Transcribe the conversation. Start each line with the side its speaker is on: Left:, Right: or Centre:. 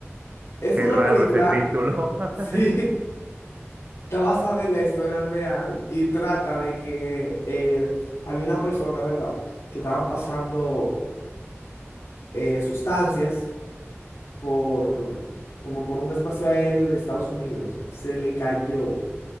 Left: Es
Right: Qué
Left: una
Right: raro
Left: película,
Right: ese título.
Left: <laughs>
Right: <laughs>
Left: sí, está basada en la historia real y trata de que eh, había una persona, ¿verdad? Que estaban pasando eh, sustancias por, como por un espacio aéreo de Estados Unidos. Se le cayó.